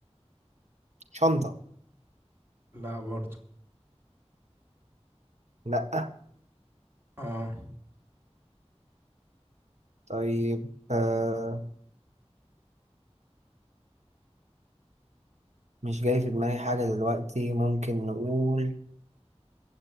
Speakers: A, on the right; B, on the right.
A: شنطة
B: لا برضو
A: لأ
B: اه
A: طيب آه مش جاي في دماغي حاجة دلوقتي ممكن نقول